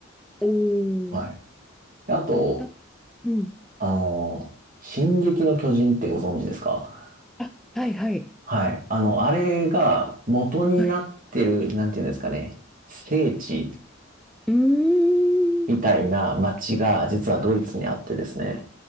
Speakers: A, in the centre; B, on the right (about 45°).
A: おー。
B: はい。であと、
A: なうん。
B: あの、進撃の巨人ってご存知ですか
A: あ、はい、はい。
B: はい。あの、あれが元になってる、
A: はい。
B: なんていうんですかね、聖地
A: うーん。
B: みたいな街が実はドイツにあってですね。